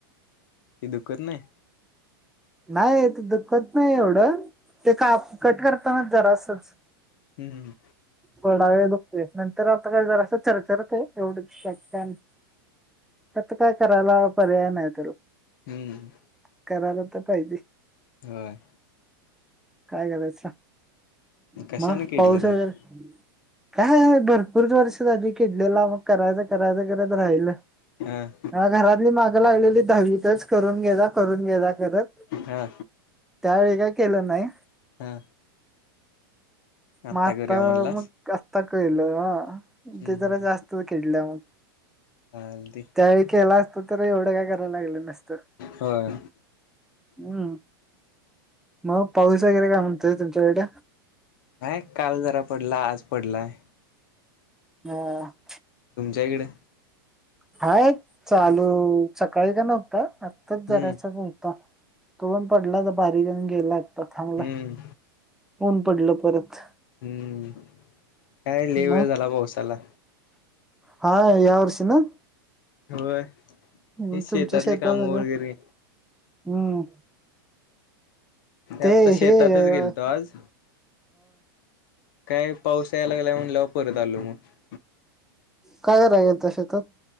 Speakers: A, on the left (about 60°); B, in the centre.
A: ते दुखत नाही?
B: नाही ते दुःखत नाही एवढं, ते का कट करताना जरासच.
A: हम्.
B: थोडा वेळ दुखतंय नंतर आता काय जरास चर्चरतय तेवढच बाकी काय नाही. आता काय करायला पर्याय नाही त्याला
A: हम्म
B: <unintelligible> करत्यात. आत्ता पाहिजे.
A: होय.
B: काय करायचं सांग.
A: कशाने
B: <inaudible> मग
A: किडलं
B: पाऊस
A: दात
B: वगैरे काय आहे बरं. <unintelligible> वर्षी आधी किडलेला मग करायचं करायचं करायचं म्हणत राहिलंच.
A: ह.
B: घरातली माग लागलेली दहावीतच करून घे जा, करून घे जा करत.
A: हा.
B: त्यावेळी काही केलं नाही.
A: हा आत्ता
B: म
A: करूया
B: तर
A: म्हणलास
B: मग. आता कळल ह
A: हम्म
B: ते
A: हम्म
B: जरा जास्त खेळल्या मग
A: हलदी.
B: त्याळी केला असत तर एवढं काय करायला लागलं नसतं.
A: होय.
B: हम्म मग पाऊस वगैरे काय म्हणतय तुमच्याकडे
A: हा काल जरा पडला आज पडलाय.
B: हा.
A: तुमच्या इकडे
B: हाय चालू सकाळी का नव्हता आत्ताच
A: हम्म
B: जरायचाच होता. तो पण पडलाता बारीक जण गेला थांबलाय
A: हम्म
B: ऊन पडलं परत.
A: हम्म काय लइ वेळ
B: मग
A: झाला पावसाला.
B: हा या वर्षी ना
A: होय.
B: हम्
A: हे शेतातली
B: तुमच्या शेतात
A: कामं
B: सगळं
A: वगैरे
B: हम्म ते
A: आत्ता शेतातच
B: हे ह.
A: गेलतो आज काय पावस यायला लागला म्हणल्यावर परत आलो मग.
B: काय कराय गेलात शेतात.